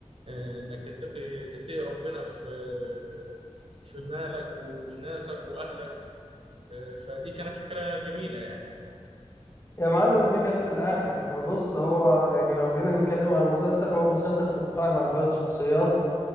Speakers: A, on the right (about 60°); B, on the left (about 25°).
A: آه، انك تتقي تتقي ربنا في آه، في مالك وفي ناسك واهلك آه، فدي كانت فكره جميله يعني
B: يا معلم دي كانت في الآخر بص هو يعني لو جينا نتكلم عن المسلسل هو المسلسل كان قائم على شوية شخصيات